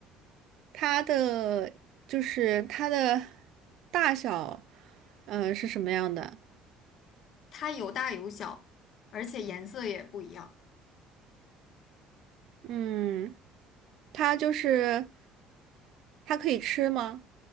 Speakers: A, on the right (about 60°); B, on the left (about 50°).
A: 它的就是它的大小，呃，是什么样的？
B: 它有大有小，而且颜色也不一样，
A: 嗯，它就是它可以吃吗？